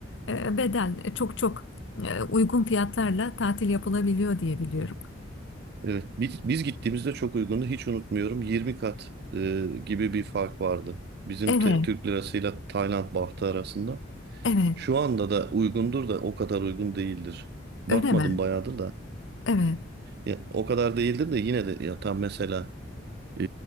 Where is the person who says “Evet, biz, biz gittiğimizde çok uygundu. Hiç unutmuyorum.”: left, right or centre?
Right